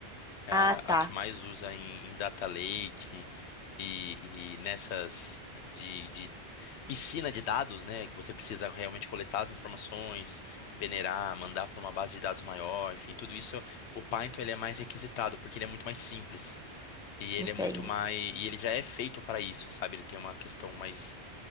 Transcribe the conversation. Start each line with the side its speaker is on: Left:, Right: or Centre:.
Left: é
Centre: Ah,
Left: a,
Centre: tá.
Left: a que mais usa em, em data lake e, e nessas de, de piscina de dados, né? Que você precisa realmente coletar as informações, peneirar, mandar para uma base de dados maior, enfim, tudo isso. O Python ele é mais requisitado porque ele é muito mais simples e ele
Centre: Entendo.
Left: é muito mais e ele já é feito para isso, sabe? Ele tem uma questão mais